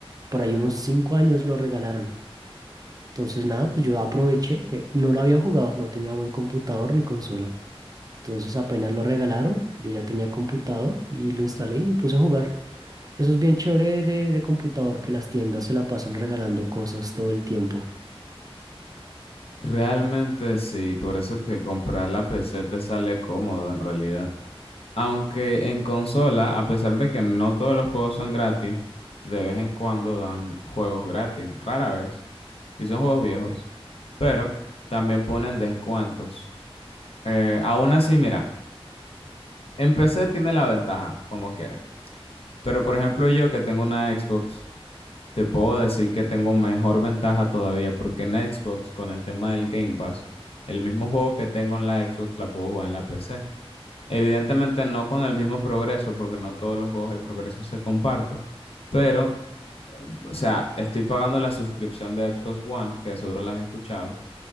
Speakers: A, on the right; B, on the left.
A: por ahí unos 5 años lo regalaron. Entonces nada, pues yo aproveché. eh, No lo había jugado, no tenía buen computador ni consola. Entonces apenas lo regalaron, yo ya tenía computador y lo instalé y me puse a jugar. Eso es bien chévere de, de computador, que las tiendas se la pasan regalando cosas todo el tiempo.
B: Realmente sí, por eso que comprar la PC te sale cómodo en realidad. Aunque en consola, a pesar de que no todos los juegos son gratis, de vez en cuando dan juegos gratis, rara vez. Y son juegos viejos, pero también ponen descuentos. Eh, aún así, mira, en PC tiene la ventaja, como quiera. Pero por ejemplo, yo que tengo una Xbox, te puedo decir que tengo mejor ventaja todavía, porque en Xbox, con el tema del Game Pass, el mismo juego que tengo en la Xbox la puedo jugar en la PC. Evidentemente no con el mismo progreso, porque no todos los juegos el progreso se comparte. Pero, o sea, estoy pagando la suscripción de Xbox One, que seguro la has escuchado.